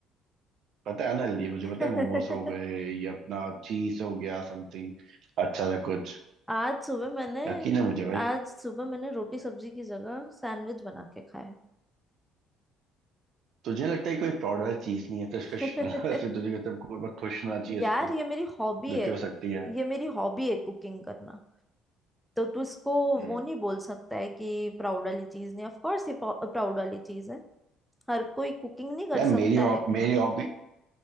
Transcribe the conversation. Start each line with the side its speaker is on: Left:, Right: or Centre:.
Right: पता है अनहेल्दी मुझे
Centre: <laughs>
Right: पता है मोमोस हो गए ये अपना चीज हो गया समथिंग अच्छा सा कुछ
Centre: आज सुबह मैंने
Right: यकीन है मुझे भाई
Centre: आज सुबह मैंने रोटी सब्जी की जगह सैंडविच बना के खाया
Right: तुझे लगता है कोई प्राउड वाली चीज नहीं है तो इस
Centre: <laughs>
Right: पे श- <laughs> मतलब तुझे सब बहुत खुश होना चाहिए इस
Centre: यार
Right: पे
Centre: ये मेरी हॉबी
Right: दुखी
Centre: है
Right: हो सकती है
Centre: ये मेरी हॉबी है कुकिंग करना तो तू इसको
Right: हम्म
Centre: वो नहीं बोल सकता है कि प्राउड वाली चीज नहीं ऑफ कोर्स ये प्राउड वाली चीज है हर कोई कुकिंग नहीं कर
Right: यार मेरी
Centre: सकता है
Right: हॉब मेरी हॉबी